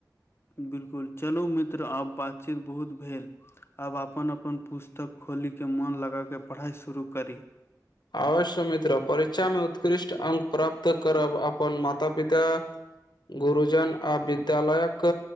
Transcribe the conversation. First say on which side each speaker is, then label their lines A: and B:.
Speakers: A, on the left; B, on the left.
A: बिल्कुल चलू मित्र आब बातचीत बहुत भेल आब अपन अपन पुस्तक खोलि के मोन लगा कऽ पढ़ाइ शुरू करी
B: अवश्य मित्र परीक्षा मे उत्कृष्ट अंक प्राप्त करब अपन माता-पिता गुरुजन आ विद्यालयक